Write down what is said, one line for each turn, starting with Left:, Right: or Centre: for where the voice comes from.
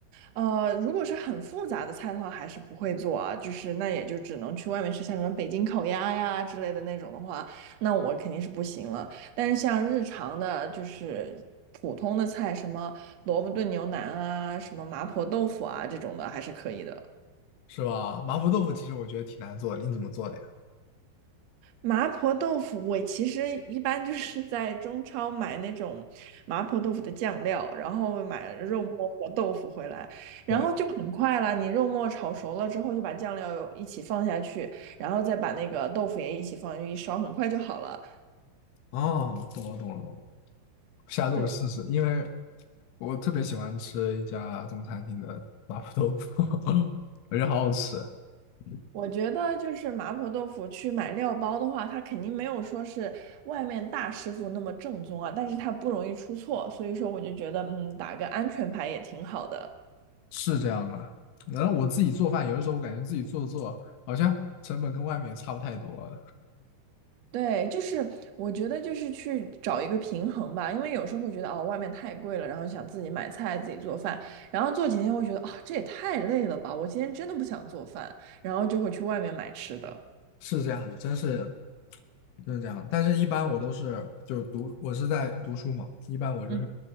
Right: 呃，如果是很复杂的菜的话，还是不会做啊，就是那也就只能去外面吃，像什么北京烤鸭呀之类的那种的话，那我肯定是不行了。但是像日常的，就是普通的菜，什么萝卜炖牛腩啊，什么麻婆豆腐啊这种的，还是可以的。
Left: 是吧？麻婆豆腐其实我觉得挺难做的，你怎么做的呀？
Right: 麻婆豆腐，我其实一般就是在中超买那种麻婆豆腐的酱料，然后买肉末和豆腐回来，然后就很快了。
Left: 懂了
Right: 你肉末炒熟了之后，就把酱料一起放下去，然后再把那个豆腐也一起放进去一烧，很快就好了。
Left: 哦，懂了，懂了，懂了。下次我试试，
Right: 对，
Left: 因为我特别喜欢吃一家中餐厅的麻婆豆腐，<laughs> 我觉得好好吃。嗯
Right: 我觉得就是麻婆豆腐去买料包的话，它肯定没有说是外面大师傅那么正宗啊，但是它不容易出错，所以说我就觉得，嗯，打个安全牌也挺好的。
Left: 是这样吗？然后我自己做饭，有的时候我感觉自己做做好像成本跟外面也差不太多，
Right: 对，就是我觉得就是去找一个平衡吧，因为有时候会觉得哦，外面太贵了，然后想自己买菜自己做饭，然后做几天会觉得啊、这也太累了吧，我今天真的不想做饭，然后就会去外面买吃的。
Left: 是这样的，真是就是这样。但是，一般我都是就是读，我是在读书嘛，一般我就是
Right: 嗯，